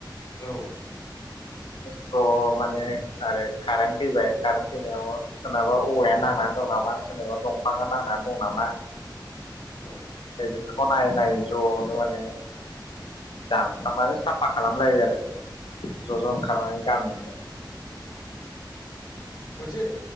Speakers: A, on the left; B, on the left.
A: औ।
B: थ' माने आरो कारेन्ट फैबाय कारेन्ट फैनायाव सोरनाबा औवाया नांनानै दं नामा सोरनोबा दंफाङा नांनानै दं नामा
A: औ
B: बेफोरखौ नायै -नायै ज'नो माने दानस्रांनानै साफा खालामलायो आरो। जज ओंखारनानै गामियैनो।
A: मोनसे